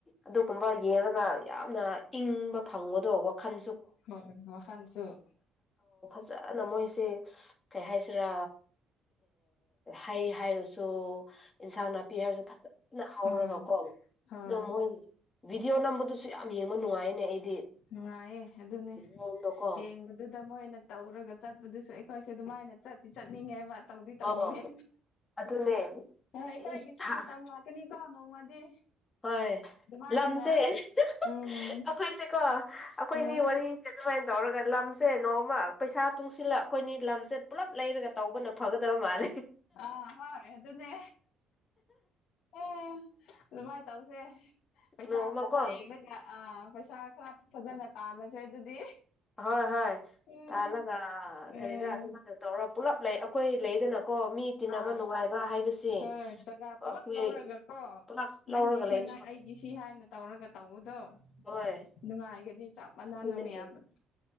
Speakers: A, on the left (about 20°); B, on the left (about 70°).
A: ꯑꯗꯨꯒꯨꯝꯕ ꯌꯦꯡꯉꯒ ꯌꯥꯝꯅ ꯏꯪꯕ ꯐꯪꯕꯗꯣ ꯋꯥꯈꯜ
B: ꯍꯣꯏ ꯋꯥꯈꯜꯁꯨ
A: <unintelligible> ꯐꯖꯅ ꯃꯣꯏꯁꯤ ꯀꯩ ꯍꯥꯏꯁꯤꯔꯥ ꯍꯩ ꯍꯥꯏꯔꯁꯨ ꯏꯟꯁꯥꯡ ꯅꯥꯄꯤ ꯍꯥꯏꯔꯁꯨ ꯐꯖꯅ ꯍꯥꯎꯔꯒꯀꯣ
B: ꯍꯣꯏ ꯍꯣꯏ
A: ꯑꯗꯣ ꯃꯣꯏ ꯚꯤꯗꯤꯑꯣ ꯅꯝꯕꯗꯨꯁꯨ ꯌꯥꯝ ꯌꯦꯡꯕ ꯅꯨꯡꯉꯥꯏꯅꯦ ꯑꯩ
B: ꯉꯑꯦ ꯑꯗꯨꯅꯦ
A: ꯃꯑꯣꯡꯗꯣꯀꯣ
B: ꯌꯦꯡꯕꯗꯨꯗ ꯃꯣꯏꯅ ꯇꯧꯔꯒ ꯆꯠꯄꯗꯨꯁꯨ ꯑꯩꯈꯣꯏꯁꯦ ꯑꯗꯨꯝꯃꯥꯏꯅ ꯆꯠꯇꯤ ꯆꯠꯅꯤꯡꯉꯦꯕ ꯇꯧꯗꯤ ꯇꯧꯅꯤꯡꯉꯦ
A: ꯑꯣ ꯑꯗꯨꯅꯦ
B: ꯑꯩꯈꯣꯏꯒꯤꯁꯨ
A: ꯏꯁ ꯊꯥ
B: ꯃꯇꯝ ꯂꯥꯛꯀꯅꯤ ꯀꯣ ꯅꯣꯡꯃꯗꯤ
A: ꯍꯣꯏ
B: ꯑꯗꯨꯃꯥꯏꯅ
A: ꯂꯝꯁꯦ ꯑꯩꯈꯣꯏꯁꯦꯀꯣ
B: ꯎꯝ
A: ꯑꯩꯈꯣꯏꯅꯤ
B: ꯎꯝ
A: ꯋꯥꯔꯤꯁꯦ ꯑꯗꯨꯃꯥꯏꯅ ꯇꯧꯔꯒ ꯂꯝꯁꯦ ꯅꯣꯡꯃ ꯄꯩꯁꯥ ꯇꯨꯡꯁꯤꯜꯂ ꯑꯩꯈꯣꯏꯅꯤ ꯂꯝꯁꯦ ꯄꯨꯜꯂꯞ ꯂꯩꯔꯒ ꯇꯧꯕꯅ ꯐꯒꯗꯕ ꯃꯥꯜꯂꯦ
B: ꯑ ꯍ ꯑꯗꯨ ꯑꯗꯨꯅꯦ ꯎꯝ ꯑꯗꯨꯃꯥꯏꯅ ꯇꯧꯁꯦ ꯄꯩꯁꯥ
A: ꯅꯣꯡꯃꯀꯣ
B: ꯍꯒ ꯑ ꯄꯩꯁꯥ ꯈꯔ ꯐꯖꯅ ꯇꯥꯜꯂꯁꯦ ꯑꯗꯨꯗꯤ
A: ꯍꯣꯏ ꯍꯣꯏ
B: ꯎꯝ
A: ꯇꯥꯜꯂꯒ
B: ꯎꯝ
A: ꯀꯔꯤꯔꯥ ꯑꯗꯨꯝꯕꯅ ꯇꯧꯔꯣ ꯄꯨꯂꯞ ꯂꯩ ꯑꯩꯈꯣꯏ ꯂꯩꯗꯅꯀꯣ ꯃꯤ ꯇꯤꯟꯅꯕ
B: ꯑ
A: ꯅꯨꯡꯉꯥꯏꯕ ꯍꯥꯏꯕꯁꯦ
B: ꯍꯣꯏ ꯖꯒꯥ ꯄꯨꯂꯞ
A: ꯑꯩꯈꯣꯏ
B: ꯂꯧꯔꯒꯀꯣ
A: ꯄꯨꯂꯞ
B: ꯅꯪꯒꯤ
A: ꯂꯧꯔꯒ
B: ꯁꯤ
A: ꯂꯩꯕꯁꯨ
B: ꯅ ꯑꯩꯒꯤ ꯁꯤ ꯍꯥꯏꯅ ꯇꯧꯔꯒ ꯇꯧꯕꯗꯣ
A: ꯍꯣꯏ
B: ꯅꯨꯡꯉꯥꯏꯒꯅꯤ ꯆꯞ ꯃꯥꯟꯅꯅ
A: ꯑꯗꯨꯅꯦ
B: ꯃꯌꯥꯝꯕ